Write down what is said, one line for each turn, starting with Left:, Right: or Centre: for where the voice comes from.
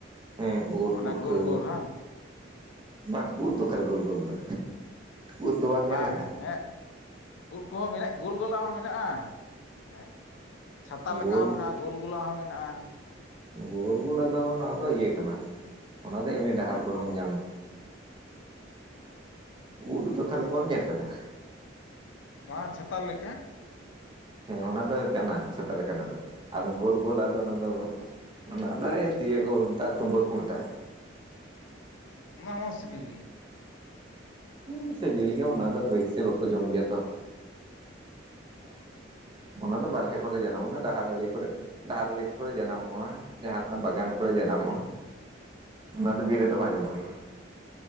Right: ᱦᱮᱸ ᱩᱫ
Left: ᱚᱱᱟ
Right: ᱯᱩᱴᱠᱟᱹ
Left: ᱜᱳᱞ ᱜᱳᱞ ᱦᱟᱝ
Right: ᱵᱟᱝ ᱩᱫ ᱫᱚ ᱚᱠᱟᱨᱮ ᱜᱳᱞ ᱜᱳᱞ ᱫᱚ᱾ ᱩᱫ ᱫᱚ ᱵᱟᱢ ᱧᱮᱞ
Left: ᱵᱟᱝ
Right: ᱟᱠᱟᱫᱟ
Left: ᱦᱮᱸᱜ, ᱩᱫ ᱠᱚᱦᱚᱸ ᱢᱮᱱᱟᱜ ᱜᱳᱞ ᱜᱳᱞᱟᱜ ᱦᱚᱸ ᱢᱮᱱᱟᱜᱼᱟ ᱦᱮᱸ᱾ ᱪᱷᱟᱛᱟ
Right: ᱜᱳᱞ
Left: ᱞᱮᱠᱟ ᱦᱚ ᱢᱮᱱᱟᱜᱼᱟ ᱜᱳᱞ ᱜᱳᱞᱟᱜ ᱦᱚ ᱢᱮᱱᱟᱜᱼᱟ᱾
Right: ᱜᱳᱞ ᱜᱳᱞᱟ ᱫᱚ ᱚᱱᱟ ᱫᱚ ᱤᱭᱟᱹ ᱠᱟᱱᱟ ᱚᱱᱟ ᱫᱚ ᱮᱢᱱᱤ ᱰᱟᱦᱟᱨ
Left: ᱢᱟᱛᱠᱚᱢ
Right: ᱠᱚᱨᱮ ᱦᱚᱢ ᱧᱟᱢᱟ᱾ ᱩᱫ ᱫᱚ ᱛᱟᱦᱚᱞᱮ ᱵᱟᱢ ᱧᱮᱞ
Left: ᱩᱫ
Right: ᱠᱟᱫᱟ?
Left: ᱵᱟᱝ ᱪᱷᱟᱛᱟ ᱞᱮᱠᱟ
Right: ᱦᱮ ᱚᱱᱟ ᱫᱚ ᱠᱟᱱᱟ ᱪᱷᱟᱛᱟ ᱞᱮᱠᱟᱱᱟᱜ ᱫᱚ ᱟᱫᱚ ᱜᱳᱞ ᱜᱳᱞᱟᱜ ᱫᱚ ᱚᱱᱟ ᱫᱚ ᱚᱱᱟ ᱫᱚ ᱦᱮᱸᱭ ᱛᱤᱭᱟᱹ ᱠᱚ ᱢᱮᱛᱟᱜᱼᱟ ᱛᱩᱢᱵᱟᱹ ᱠᱚ ᱢᱮᱛᱟᱜᱼᱟ᱾
Left: ᱚᱱᱟᱢᱟ ᱥᱤᱵᱤᱞ ᱜᱤ᱾
Right: ᱦᱩᱸ ᱥᱤᱵᱤᱞ ᱜᱤᱭᱟ ᱚᱱᱟ ᱫᱚ ᱵᱟᱹᱭᱥᱤ ᱵᱟᱹᱠᱩ ᱡᱚᱢ ᱜᱮᱭᱟ ᱛᱚ᱾
Left: ᱩᱸ
Right: ᱚᱱᱟ ᱫᱚ ᱵᱟᱨᱦᱮ ᱠᱚᱨᱮ ᱡᱟᱱᱟᱢᱚᱜ ᱚᱱᱟ ᱰᱟᱦᱟᱨ ᱟᱹᱨᱤ ᱠᱚᱨᱮ᱾ ᱰᱟᱦᱟᱨ ᱟᱹᱨᱤ ᱠᱚᱨᱮ ᱡᱟᱱᱟᱢᱚᱜᱼᱟ ᱡᱟᱦᱟᱱᱟᱜ ᱵᱟᱜᱟᱱ ᱠᱚᱨᱮ ᱡᱟᱱᱟᱢᱚᱜᱼᱟ᱾ ᱚᱱᱟ ᱫᱚ ᱵᱤᱨ ᱨᱮᱫᱚ ᱵᱟᱝ ᱧᱟᱱᱚᱜ ᱜᱮᱭᱟ,